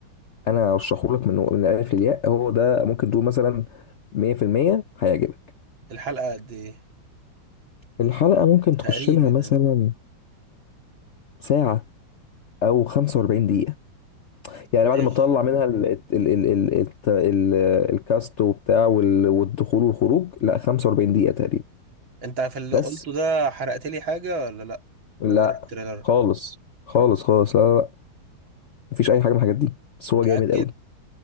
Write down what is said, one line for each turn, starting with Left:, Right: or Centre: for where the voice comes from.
Left: انا ارشحه لك من من الالف للياء هو ده ممكن تقول مثلا 100% هيعجبك
Right: الحلقة قد ايه
Left: الحلقه ممكن تخش
Right: تقريبا
Left: لها مثلا
Right: آه.
Left: ساعه او 45 دقيقه يعني
Right: ماشي
Left: بعد ما طلع منها ال ال ال ال ال ال الكاست وبتاع وال- والدخول والخروج لا 45 دقيقة تقريبا
Right: انت في اللي
Left: بس
Right: قلته ده حرقت لي حاجة ولا لا
Left: لا
Right: مجرد تريلر
Left: خالص خالص خالص لا لا لا مفيش أي حاجة من الحاجات دي بس
Right: متأكد
Left: هو جامد قوي